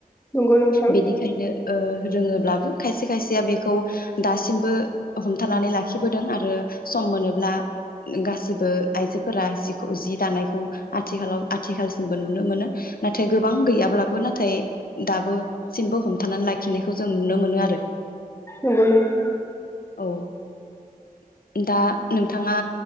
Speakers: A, on the left; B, on the left.
A: नंगौ नोंथां
B: बेनिखायनो ओ रोङोब्लाबो खायसे खायसेया बेखौ खौ दासिमबो हमथानानै लाखिबोदों आरो । सम मोनोब्ला गासिबो आइजोफोरा जिखौ जि दानायखौ आथिखालाव आथिखालसिमबो नुनो मोनो नाथाय गोबां गैयाब्लाबो नाथाय दाबो सिमबो हमथानानै लाखिनायखौ जों नुनो मोनो आरो ।
A: नंगौ नोंथां ।
B: औ । दा नोंथाङा